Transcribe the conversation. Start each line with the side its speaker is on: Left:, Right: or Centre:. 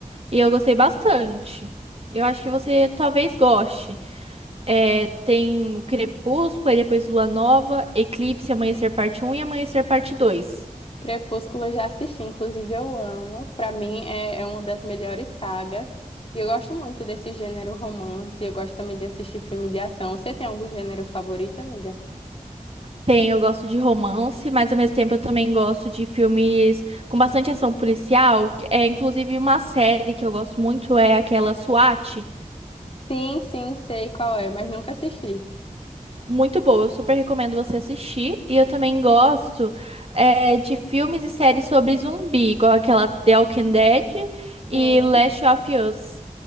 Right: e eu gostei bastante. Eu acho que você talvez goste. É, Tem o Crepúsculo, aí depois Lua Nova, Eclipse, Amanhecer Parte Um e Amanhecer Parte Dois.
Left: Crepúsculo eu já assisti, inclusive eu amo. Pra mim é, é uma das melhores sagas. E eu gosto muito desse gênero romance, eu gosto também de assistir filme de ação. Você tem algum gênero favorito, amiga?
Right: Tem, eu gosto de romance, mas ao mesmo tempo eu também gosto de filmes com bastante ação policial. É inclusive uma série que eu gosto muito é aquela SWAT,
Left: Sim, sim, sei qual é, mas nunca assisti.
Right: muito boa. Eu super recomendo você assistir. E eu também gosto é, de filmes e séries sobre zumbi, igual aquela The Walking Dead e
Left: Sim.
Right: Last of Us.